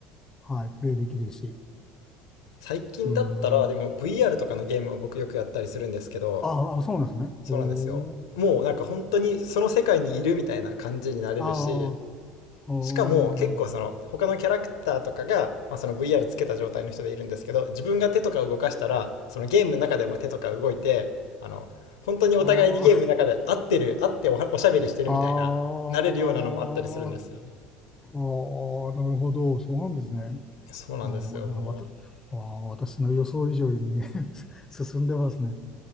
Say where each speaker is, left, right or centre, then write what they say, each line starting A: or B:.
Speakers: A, on the left; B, on the left.
A: はい、プレイできるし。
B: 最近だったら、
A: うん。
B: でも VR とかのゲームを僕よくやったりするんですけど、
A: ああ、そうなんですね。
B: そうなんですよ。
A: おー。
B: もうなんか本当にその世界にいるみたいな感じになれるし、
A: ああ、ほーな。
B: しかも結構その他のキャラクターとかが、まあ、その VR つけた状態の人でいるんですけど、自分が手とか動かしたら、そのゲームの中でも手とか動いて、あの、本当にお互いにゲームの中で合ってる、
A: ああ、
B: 合っておはおしゃべりしてるみたいな、
A: ああ、
B: なれるようなのもあったりするんですよね。
A: ああ、なるほど。そうなんですね。
B: そうなんですよ、
A: ああ、いや、
B: もう。
A: わた、ああ、私の予想以上に <laughs> 進んでますね。